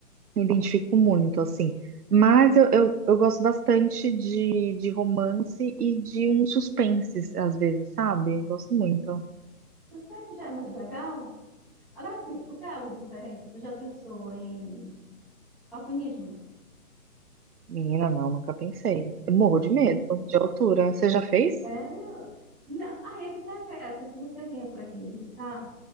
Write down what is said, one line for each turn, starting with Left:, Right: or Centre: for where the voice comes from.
Right: me identifico muito, assim. Mas
Centre: O
Right: eu, eu, eu gosto bastante de, de romance e de um suspense, às vezes, sabe? Gosto muito.
Centre: suspense já é mais legal. Agora sim, se tu quer algo diferente, tu já pensou em alpinismo?
Right: Menina, não, nunca pensei. Eu morro de medo de altura. Você já fez?
Centre: Sério? Não, aí é que tá essa. Se você vinha por aqui me visitar,